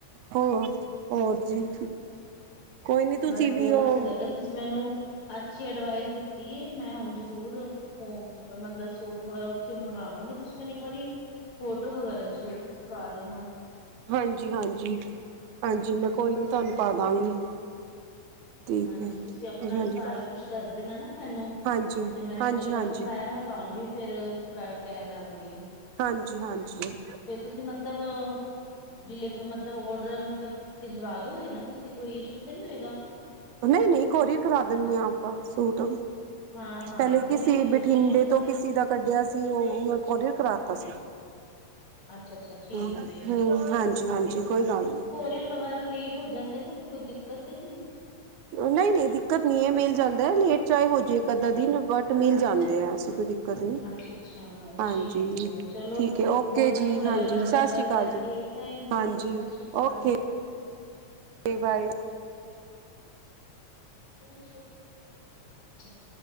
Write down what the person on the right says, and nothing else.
ਹੋਰ। ਹੋਰ ਜੀ, ਕੋਈ ਨਹੀਂ ਤੁਸੀਂ
ਵੀ
ਉਹ
ਹਾਂਜੀ-ਹਾਂਜੀ-ਹਾਂਜੀ ਮੈਂ ਕੋਈ ਨਹੀਂ, ਤੁਹਾਨੂੰ ਪਾ ਦਾਂਗੀ ਠੀਕ
ਹੈ
ਹਾਂਜੀ
ਹਾਂਜੀ
ਹਾਂਜੀ
ਹਾਂਜੀ
ਹਾਂਜੀ
ਹਾਂਜੀ-ਹਾਂਜੀ।
ਨਹੀਂ ਨਹੀਂ ਕੋਰੀਅਰ ਕਰਾ ਦਿੰਨੇ ਹਾਂ ਆਪਾਂ, ਸੂਟ
ਪਹਿਲੇ
ਕਿਸੀ
ਬਠਿੰਡੇ
ਤੋਂ ਕਿਸੀ ਦਾ ਕੱਢਿਆ ਸੀ, ਉਹ ਮੈਂ ਕੋਰੀਅਰ ਕਰਾ ਤਾ ਸੀ।
ਹੁ
ਹੁ ਹਾਂਜੀ--ਹਾਂਜੀ ਕੋਈ ਗੱਲ ਨਹੀਂ।
ਨਹੀਂ-ਨਹੀਂ ਦਿੱਕਤ ਨਹੀਂ ਏ, ਮਿਲ ਜਾਂਦਾ ਲੇਟ ਚਾਹੇ ਹੋ ਜਾਏ, ਇੱਕ ਅੱਧਾ ਦਿਨ ਬਟ ਮਿਲ ਜਾਂਦੇ ਏ, ਐਸੀ ਕੋਈ ਦਿ <unintelligible>
ਹਾਂਜੀ
ਠੀਕ ਹੈ, ਓਕੇ
ਜੀ
ਹਾਂਜੀ
ਸਤਿ
ਸ੍ਰੀ
ਅਕਾਲ
ਜੀ।
ਹਾਂਜੀ,
ਓਕੇ। ਓਕੇ, ਬਾਏ।